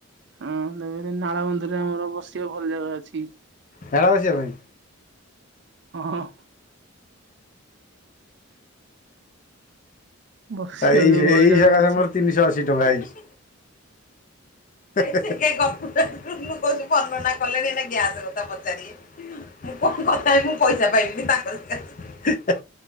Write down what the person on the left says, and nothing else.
ଝାଡା ବସିବା ପାଇଁ।
ଆ ଏଇ
ଏଇ
ସକାଶେ
ମୋର ତିନିଶହ ଅଶୀ ଟଙ୍କା ହେଇଛି। ହେ ହେ ହେ ହଁ କମ୍ପୁଟରରୁ ମୁ କହୁଛି ବର୍ଣନା କଲେଣି ଏଇନା ଗ୍ୟାସ କଥା ପଚାରିବେ। ମୁଁ କଣ କଥା ହେବି ମୁଁ ପଇସା ପାଇଲିିନି ତାଙ୍କରି ହେ ହେ